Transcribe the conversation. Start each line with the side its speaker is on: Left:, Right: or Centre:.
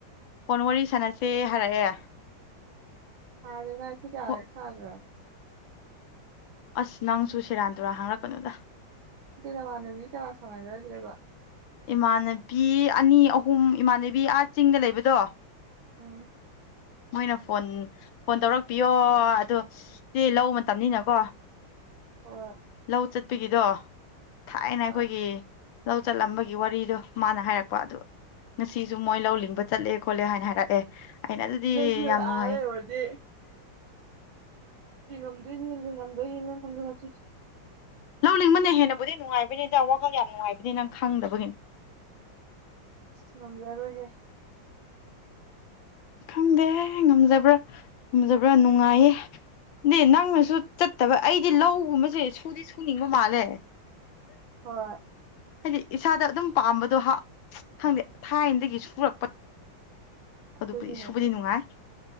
Left: ꯐꯣꯟ ꯋꯥꯔꯤ ꯁꯥꯟꯅꯁꯦ ꯍꯥꯏꯔꯛꯑꯦ
Right: ꯍꯗ ꯉꯁꯤ ꯀꯌꯥ
Left: ꯍꯣ
Right: ꯁꯥꯒ꯭ꯔ
Left: ꯑꯁ ꯅꯪꯁꯨ ꯁꯦꯔꯥꯟ ꯇꯨꯔꯥ ꯍꯥꯡꯔꯛꯀꯅꯨꯗ
Right: ꯑ ꯅꯃꯥꯟꯅꯨꯕꯤ ꯆꯔꯥꯛ ꯁꯃꯥꯏꯅꯔꯗ꯭ꯔꯦꯕꯣ
Left: ꯏꯃꯥꯟꯅꯕꯤ ꯑꯅꯤ ꯑꯍꯨꯝ ꯏꯃꯥꯟꯅꯕꯤ ꯑꯥ ꯆꯤꯡꯗ ꯂꯩꯕꯗꯣ
Right: ꯎꯝ
Left: ꯃꯣꯏꯅ ꯐꯣꯟ ꯐꯣꯟ ꯇꯧꯔꯛꯄꯤꯌꯣ ꯑꯗꯨꯣ ꯏ ꯂ ꯃꯇꯝꯅꯤꯅꯀꯣ
Right: ꯍꯣꯏ
Left: ꯂꯧ ꯆꯠꯄꯒꯤꯗꯣ ꯊꯥꯏꯅ ꯑꯩꯈꯣꯏꯒꯤ
Right: ꯑꯥ
Left: ꯂꯧ ꯆꯠꯂꯝꯕꯒꯤ ꯒꯤ ꯋꯥꯔꯤꯗꯣ ꯃꯥꯅ ꯍꯥꯏꯔꯛꯄ ꯑꯗꯨꯣ ꯉꯁꯤꯁꯨ ꯃꯣꯏ ꯂꯧ ꯂꯤꯡꯕ ꯆꯠꯂꯦ ꯈꯣꯠꯂꯦ ꯍꯥꯏꯅ ꯍꯥꯏꯔꯛꯑꯦ ꯑꯩꯅ ꯑꯗꯨꯗꯤ
Right: ꯅꯪꯁꯨ
Left: ꯌꯥꯝ ꯅꯨꯡꯉꯥꯏ
Right: ꯑꯥ ꯂꯩꯔꯨꯔꯗꯤ ꯏ ꯉꯝꯗꯣꯏꯅꯤꯅꯤ ꯉꯝꯗꯣꯏꯅꯤꯅꯦ ꯅꯪ ꯈꯂꯁꯤ
Left: ꯂꯧꯅꯤꯡꯕꯅ ꯍꯦꯟꯅꯕꯨꯗꯤ ꯅꯨꯡꯉꯥꯏꯕꯅꯤꯗ ꯋꯥꯈꯜ ꯌꯥꯝ ꯅꯨꯡꯉꯥꯏꯕꯅꯤ ꯅꯪ ꯈꯪꯗꯕꯒꯤꯅꯤ
Right: ꯁꯝꯖꯔꯣꯏꯍꯦ
Left: ꯈꯪꯗꯦ ꯉꯝꯖꯕ꯭ꯔꯥ ꯉꯝꯖꯕ꯭ꯔꯥ ꯅꯨꯡꯉꯥꯏꯌꯦ ꯅ ꯅꯪꯅꯁꯨ ꯆꯠꯇꯕ ꯑꯩꯗꯤ ꯂꯧꯒꯨꯝꯕꯁꯦ ꯁꯨꯗꯤ ꯁꯨꯅꯤꯡꯕ ꯃꯥꯜꯂꯦ
Right: ꯍꯣꯏ
Left: ꯍꯥꯏꯗꯤ ꯏꯁꯥꯗ ꯑꯗꯨꯝ ꯄꯥꯝꯕꯗꯣ ꯍꯥ ꯈꯪꯗꯦ ꯊꯥꯏꯅꯗꯒꯤ ꯁꯨꯔꯛꯄ ꯑꯗꯨꯕꯨꯗꯤ
Right: ꯑꯗꯨꯒꯤꯅꯦ
Left: ꯁꯨꯕꯗꯤ ꯅꯨꯡꯉꯥꯏ